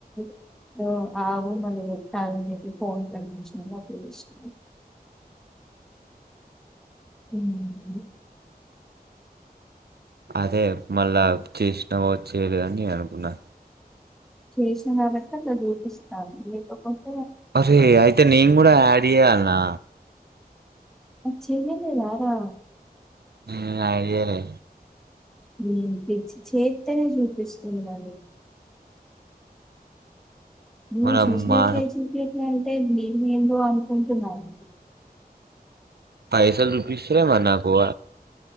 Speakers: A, in the centre; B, on the right.
A: <inaudible> ఆవు మళ్ళీ పెట్టావని చెప్పి ఫోన్ కట్ <inaudible> ఊహూ
B: అదే మళ్ళ చేసినవో చేయలేదో అని అనుకున్నా
A: చేసినా కాబట్టే అట్ల జూపిస్తాది <inaudible>
B: పసి అయితే నేను కూడా యాడ్ చేయాల్నా
A: చెయ్యలేదా రా
B: ఊ యాడు జెయ్యలే
A: ఏం పిచ్చి చేత్తేనే చూపిస్తుంది అది నువ్వు
B: మన
A: చూపియ్యట్లే
B: మా
A: చూపియ్యట్లే అన్ తే అండి నేనూ అనుకుంటున్నాను
B: పైసలు రుపీస్ ర మనకువ